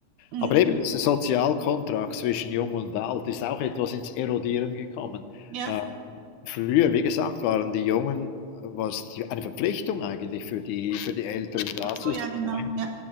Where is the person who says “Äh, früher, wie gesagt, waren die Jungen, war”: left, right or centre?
Left